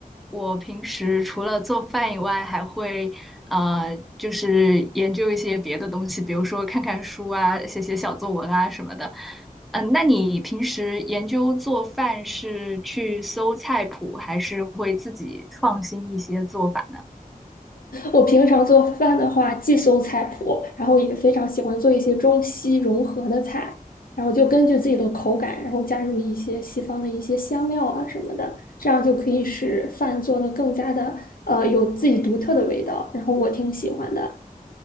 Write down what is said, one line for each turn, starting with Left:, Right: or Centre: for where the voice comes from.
Centre: 我平时除了做饭以外，还会呃，就是研究一些别的东西，比如说看看书啊，写写小作文啊什么的。嗯，那你平时研究做饭是去搜菜谱，还是会自己创新一些做法呢？
Left: 我平常做饭的话，既搜菜谱，然后也非常喜欢做一些中西融合的菜，然后就根据自己的口感，然后加入一些西方的一些香料啊什么的，这样就可以使饭做的更加的呃有自己独特的味道，然后我挺喜欢的。